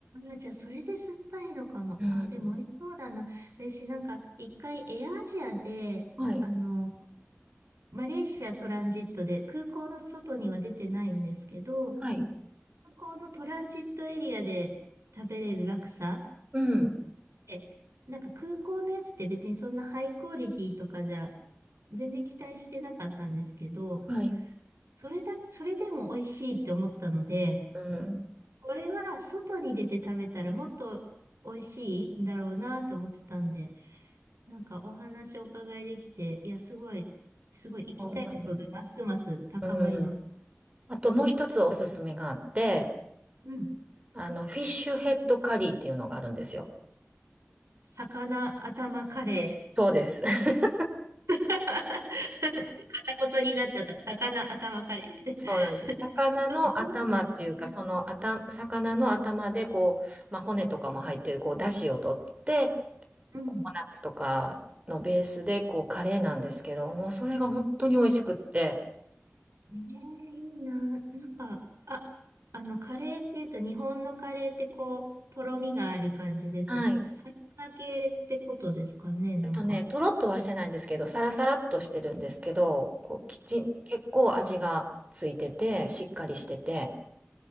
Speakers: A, on the right (about 90°); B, on the right (about 30°).
A: あじゃあ、それで酸っぱいのかも。
B: うん。
A: あでも美味しそうだな。私、なんか、一回、エアアジアで、
B: はい。
A: あの、マレーシアトランジットで、空港の外には出てないんですけど、
B: はい。
A: 空港のトランジットエリアで食べれるラクサ
B: うん。
A: でなんか空港のやつって別にそんなハイクオリティとかじゃ全然期待してなかったんですけど、
B: はい。
A: それだ、それでも美味しいって思ったので、
B: うん。
A: これは外に出て食べたらもっと美味しいんだろうなと思ってたんで、なんかお話をお伺いできて、いや、すごい、すごい行きたい欲がますます高まります。
B: そうなんですか。うん。あともう一つおすすめがあって、
A: うん。
B: あの、フィッシュヘッドカリーっていうのがあるんですよ。
A: 魚頭カレー。
B: そうです。<laughs>
A: <laughs> 片言になっちゃった。魚頭カレーって。
B: そうなんです。魚の頭っていうか、
A: ど、どうなんですかうん。
B: その頭、魚の頭でこう、まあ、骨とかも入ってる、こう、出汁を取って、
A: うん
B: ココナッツとかのベースで、こう、カレーなんですけど、もうそれが本当に美味しくって、
A: ねえ、いいな。なんか、あ、あの、カレーって言うと、日本のカレーってこう、とろみがある感じですけど、
B: はい。
A: さサラサラ系ってことですかね、なんか。
B: えっとね、とろっとはしてないんですけど、サラサラっとしてるんですけど、こう、きちん、結構味がついてて、しっかりしてて。